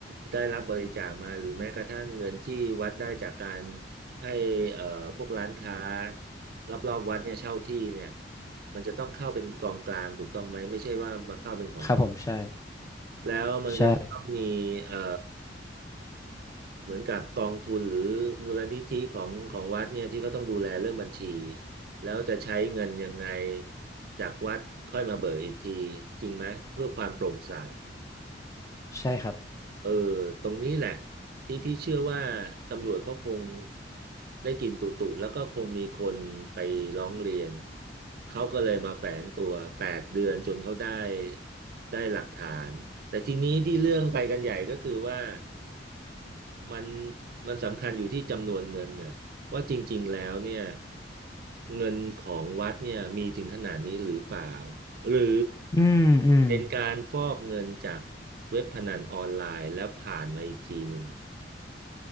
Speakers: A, on the right; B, on the left.
A: ได้รับบริจาคมาหรือแม้กระทั่งเงินที่วัดได้จากการให้เอ่อพวกร้านค้ารอบๆวัดเนี่ยเช่าที่เนี่ยมันจะต้องเข้าเป็นกองกลางถูกต้องไหมไม่ใช่ว่ามาเข้าเป็นของเจ้า
B: ครับผมใช่
A: แล้วมันก็ต้องมีเอ่อ
B: ใช่
A: เหมือนกับกองทุนหรือมูลนิธิของของวัดเนี่ยที่เขาต้องดูแลเรื่องบัญชีแล้วจะใช้เงินยังไงจากวัดค่อยมาเบิกอีกทีจริงไหมเพื่อความโปร่งใส
B: ใช่ครับ
A: เออตรงนี้แหละที่พี่เชื่อว่าตำรวจเขาคงได้กลินตุตุแล้วก็คงมีคนไปร้องเรียนเขาก็เลยมาแฝงตัวแปดเดือนจนเขาได้ได้หลักฐานแต่ทีนี้ที่เรื่องไปกันใหญ่ก็คือว่า มันมันสำคัญอยู่ที่จำนวนเงินเนี่ยว่าจริงๆแล้วเนี่ยเงินของวัดเนี่ยมีถึงขนาดนี้หรือเปล่าหรือ
B: อืมอืม
A: เป็นการฟอกเงินจากเว็บพนันออนไลน์แล้วผ่านมาอีกทีหนึ่ง